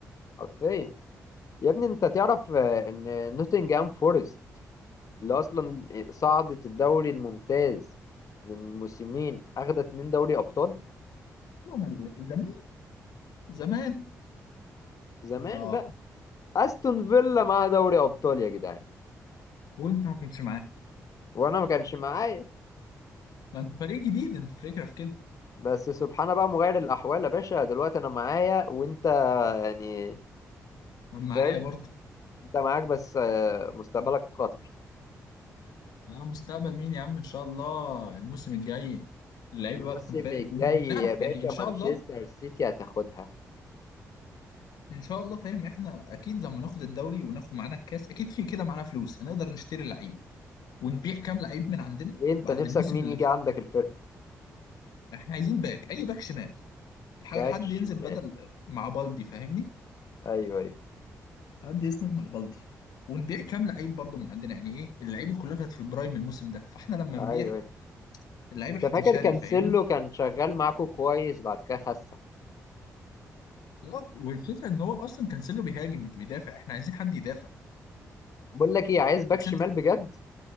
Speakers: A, on the left; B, on the left.
A: حرفيا يا ابني أنت تعرف آه، إن نوتنجهام فورست اللي أصلا صعدت الدوري الممتاز من موسمين أخدت اتنين دوري أبطال
B: هم ال- زمان زمان
A: زمان
B: اه
A: بقى أستون فيلا معاها دوري أبطال يا جدعان
B: وانت ما كنتش معاه
A: وانا ما كانش معايا
B: ما انت فريق جديد انت الفكره في كده
A: بس سبحان بقى مغير الاحوال يا باشا دلوقتي انا معايا وانت يعني
B: وانا معايا
A: فاهم
B: برضه
A: انت معاك بس آه، مستقبلك في خطر
B: يا مستقبل مين يا عم ان شاء الله الموسم الجاي اللعيبه
A: الموسم
B: بقى تكون فائق
A: الجاي
B: ونعرف
A: يا باشا
B: يعني ان
A: مانشستر
B: شاء الله
A: سيتي هتاخدها
B: ان شاء الله فاهم احنا اكيد لما ناخد الدوري وناخد معانا الكاس اكيد في كده معانا فلوس هنقدر نشتري لعيبه ونبيع كام لعيب من عندنا
A: ليه انت
B: بعد
A: نفسك
B: الموسم
A: مين
B: اللي
A: يجي
B: فات
A: عندك الفرقه
B: احنا عايزين باك اي باك شمال ح-
A: باك
B: حد
A: شمال
B: ينزل بدل مع بالدي فاهمني
A: ايوه ايوه
B: حد يسند مع بالدي ونبيع كام لعيب برضه من عندنا يعني ايه اللعيبه كلها كانت في البرايم الموسم ده فاحنا لما
A: ايوه
B: نبيع
A: ايوه
B: اللعيبه
A: انت
B: هتنشري
A: فاكر كانسيلو
B: فاهمني
A: كان شغال معاكو كويس بعد كده خسر
B: غلط. والفكره ان هو اصلا كانسيلو بيهاجم مش بيدافع احنا عايزين حد يدافع
A: بقول لك ايه عايز باك
B: بس
A: شمال
B: انت
A: بجد